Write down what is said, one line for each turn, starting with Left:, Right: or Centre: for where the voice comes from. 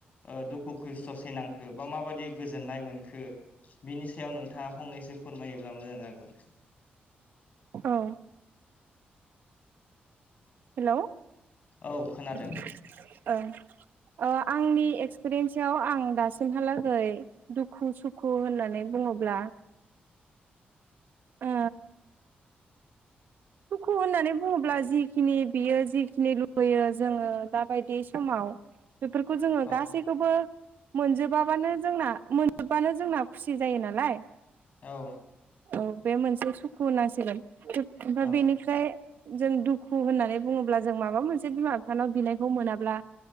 Left: ओ दुखुखौ ससेनांखो बा माबादि गोजोननाय मोनखो बिनि सायाव नोंथाङा फंनैसो फोरमायोब्ला मोजां जागौ।
Right: औ। हेलौ
Left: औ खोनादों
Right: <unintelligible> ओ आंनि एक्सपिरियेन्सआव आं दासिमहालागै दुखु सुखु होननानै बुङोब्ला ओ सुखु होननानै बुङोब्ला जिखिनि बियो जिखिनि लुुबैयो जोङो दाबायदि समाव बेफोरखौ जोंङो गासै
Left: औ
Right: खौबो मोनजोबा बानो जोंना मोनजोबबानो जोंना खुसि जायो नालाय।
Left: औ।
Right: औ बे मोनसे सुखु होननांसिगोन ओमफ्राय
Left: औ
Right: बेनिफ्राय जों दुखु होननानै बुङोब्ला जों माबा मोनसे बिमा बिफानाव बिनायखौ मोनाब्ला